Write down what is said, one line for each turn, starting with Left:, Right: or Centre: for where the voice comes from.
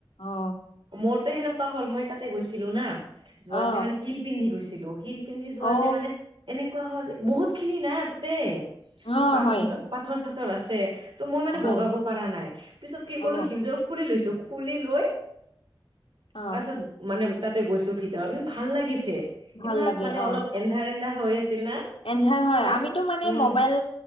Left: অ
Right: মোৰতো সেনেকুৱা হ'ল মই তাতে গৈছিলো না যোৱাতে
Left: অ
Right: মানে হিল পিন্ধি গৈছিলো শিল পিন্ধি যোৱাতে
Left: অ
Right: মানে এনেকুৱা হয় বহুত খিনি না তাতে
Left: অ
Right: প <unintelligible>
Left: হয়
Right: পাথৰ-চাথৰ আছে ত' মই মানে
Left: হয়
Right: বগাব পৰা নাই পিছত কি
Left: অ
Right: কলো হিলযোৰ খুলি লৈছো খুলি লৈ
Left: অ
Right: পাছত মানে তাতে গৈছো ভিতৰত ইমান ভাল লাগিছে
Left: ভাল
Right: ইমান
Left: লাগে
Right: মানে
Left: অ
Right: অলপ এন্ধাৰ এন্ধাৰ হৈ আছিল না
Left: এন্ধাৰ হয়
Right: চাই
Left: আমিতো মানে
Right: উম
Left: মবাইল